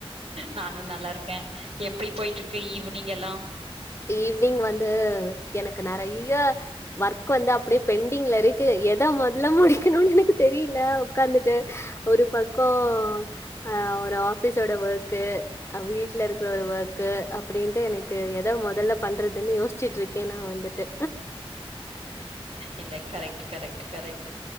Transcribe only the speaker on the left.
ஈவினிங் வந்து எனக்கு நறைய வர்க் வந்து அப்டே பெண்டிங்லருக்கு எத மொதல்ல முடிக்கணுனு எனக்கு தெரியில உக்காந்துட்டே ஒரு பக்கொ அ ஒரு ஆஃபிஸோட வொர்க்கு வீட்லருக்க ஒரு வொர்க்கு அப்டின்ட்டு எனக்கு எத மொதல்ல பண்றதுன்னு யோசிச்சிட்ருக்கே நா வந்துட்டு